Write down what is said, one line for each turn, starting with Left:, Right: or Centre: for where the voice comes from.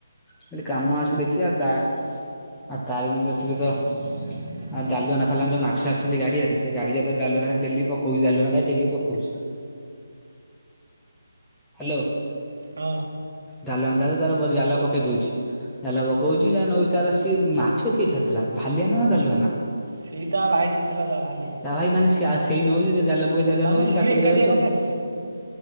Centre: ଯଦି କାମ ଆସୁ ଦେଖିବା ତା ଆଉ ତାରିଣୀଙ୍କ କତିରେ ତ
Right: <unintelligible>
Centre: ଆଉ ଜାଲୁଆନା ଫାଲୁଆନା ଯୋ ମାଛ ଛାଡୁଛନ୍ତି ଗଡିରେ ସେ ଗାଡିଆ ତ ଜାୁଆନା ଡେଲି ପକଉଚି ଜାଲୁଆନା ଡେଲି ପକଉଛି। ହାଲୋ।
Right: ହଁ।
Centre: ଦଳିଆନା ତାର ଜାଲ ପକେଇ ଦଉଛି। ଜାଲ ପକଉଛି ଯା ନଉଛି ତାର ସିଏ। ମାଛ କିଏ ଛାଡ଼ିଥିଲା ଭାଲିଆାନ ନା ଦାଲୁଆନା।
Right: ସେଇ ତା ଭାଇ ଛଡିଥିଲା ତା ଭାଲିଆ
Centre: ତା ଭାଇ ମାନ ସେଇ ନଉଛି ଯା ଜାଲ ପକୋଇଚି ଯାହା
Right: ମାନେ
Centre: ନଉଛି
Right: ସିଏ
Centre: ତାକୁ
Right: ଏକାଟିଆ
Centre: ଦିଟା ଦଉଚି
Right: କଣ
Centre: ଆଉ।
Right: ଛାଡିଛି।